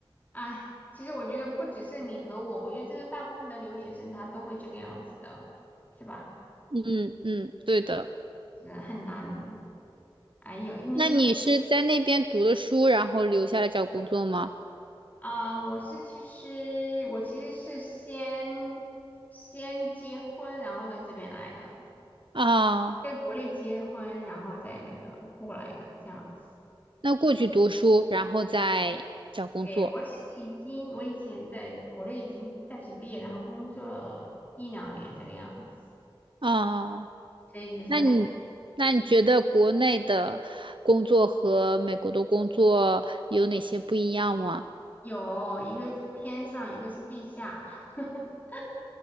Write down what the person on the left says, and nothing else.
哎，其实我觉得不只是你和我，我觉得真的大部分的留学生他都会这个样子的，是吧？
是很难。哎，有你你
啊、我是其实我其实是先先结婚，然后到这边来的，
在国内结婚，然后再那个过来的这样子。
对，我其实已经，我以前在国内已经大学毕业，然后工作了一两年这个样子，
所以就是
有一个是天上，一个是地下，<laughs>